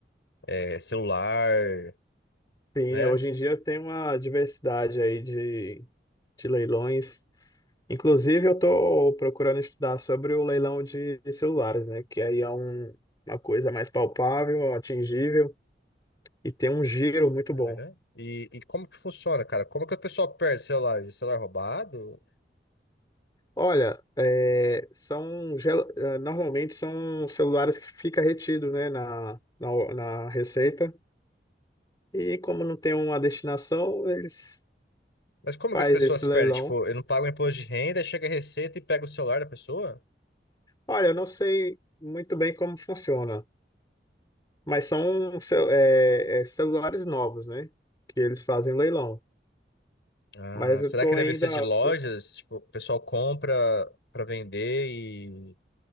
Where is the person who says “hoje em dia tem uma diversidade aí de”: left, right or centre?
Left